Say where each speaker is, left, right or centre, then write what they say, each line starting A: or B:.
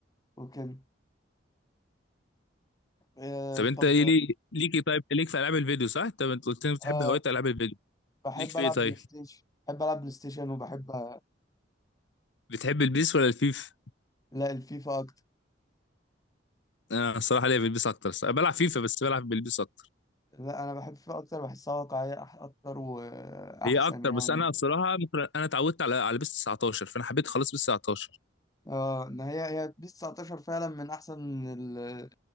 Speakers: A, on the left; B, on the left.
A: وكده آه
B: طب انت
A: طب
B: ايه ليه ليك ايه؟ طيب ليك في العاب الفيديو صح؟ طب انت قلت لي بتحب
A: اه
B: هوايه العاب الفيديو
A: بحب
B: ليك في
A: العب
B: ايه طيب؟
A: بلاي ستيشن بحب العب بلاي ستيشن وبحب أ-
B: بتحب البيس ولا الفيفا؟
A: لا الفيفا اكتر
B: انا الصراحه ليا في البيس اكتر الصراحة. بلعب فيفا بس بلعب بالبيس اكتر
A: لا انا بحب الفيفا اكتر بحسها واقعيه أح- اكتر واحسن
B: هي اكتر
A: يعني
B: بس انا الصراحه ممكن انا اتعودت على على بيس 19 فانا حبيت خلاص بيس 19
A: اه ان هي هي بيس 19 فعلا من احسن ال-